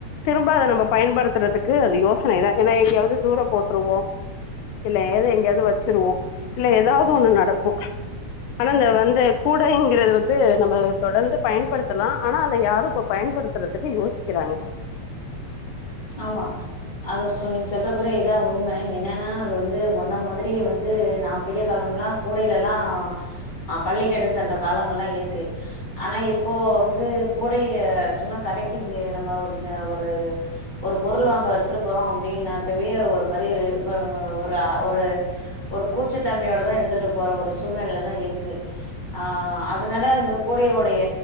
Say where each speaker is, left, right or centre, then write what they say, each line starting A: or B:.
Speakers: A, on the left (about 80°); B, on the left (about 15°).
A: திரும்ப அத நம்ம பயன்படுத்துறதுக்கு அது யோசனை தா ஏன்னா எங்கயாவது தூர போட்ற்றுவோ இல்ல ஏதோ எங்கேயாவது வச்சிருவோ இல்ல ஏதாவது ஒண்ணு நடக்கு ஆனந்த வந்த கூடைங்கிறது வந்து நம்ம தொடர்ந்து பயன்படுத்தலா ஆனா அத யாரு இப்ப பயன்படுத்துறதுக்கு யோசிக்கிறாங்க
B: ஆமா அது சொன் நீங்க சொல்படி இதுதா உண்ம என்னென்னா அது வந்து முன்ன மாதிரி வந்து நா படிக்க காலம்லா கூடையிலலா ஆ பள்ளிக்கெடுத்து சென்ற காலங்கள் எல்லா இருக்கு ஆனா இப்போ வந்து கூடைய சும்மா கடைக்கு நம்ம ஒரு ஒரு ஒரு பொருள் வாங்க எடுத்துட்டு போறோ அப்படின்னாக்கவே ஒரு மாரி ஒரு ஒரு ஒரு கூச்சத்தன்மையோட தா எடுத்துட்டு போற ஒரு சூழ்நில தா இருக்கு ஆ அதனால இந்த கூடையோடைய